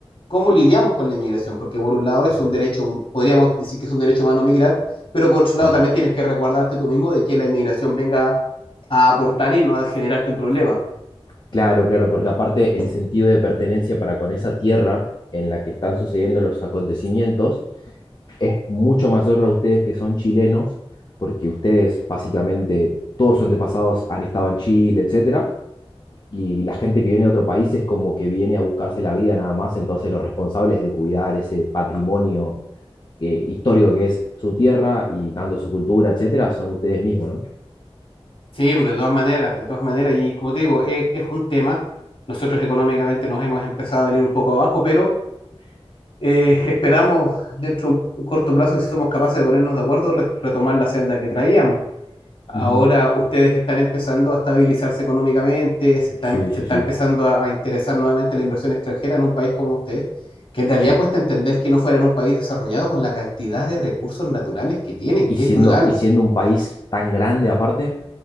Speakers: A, on the left (about 60°); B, on the left (about 45°).
A: cómo lidiamos con la inmigración, porque por un lado es
B: Exacto.
A: un derecho, podríamos decir que es un derecho humano migrar, pero por otro lado
B: sí.
A: también tienes que resguardarte tú mismo de que la inmigración venga a aportar y no a generarte un problema.
B: Claro, claro, porque aparte el sentido de pertenencia para con esa tierra en la que están sucediendo los acontecimientos, mucho mayor para ustedes que son chilenos, porque ustedes básicamente todos sus antepasados han estado en Chile, etcétera, y la gente que viene de otro país es como que viene a buscarse la vida nada más, entonces los responsables de cuidar ese patrimonio eh, histórico que es su tierra y tanto su cultura, etcétera, son ustedes mismos, ¿no?
A: Sí, pues de todas maneras, de todas maneras, y como te digo, es, es un tema. Nosotros económicamente nos hemos empezado a venir un poco abajo, pero eh, esperamos dentro de un corto plazo, si somos capaces de ponernos de acuerdo, re- retomar la senda que traíamos. Ahora
B: Ujú.
A: ustedes están empezando a estabilizarse económicamente, se está,
B: Sí,
A: em- se
B: sí,
A: está
B: sí,
A: empezando a, a interesar nuevamente la inversión extranjera en un país como ustedes, que en realidad
B: sí.
A: cuesta entender que no fueran un país desarrollado por la cantidad de recursos naturales que tienen,
B: y
A: que
B: siendo,
A: es brutal.
B: y siendo un país tan grande aparte,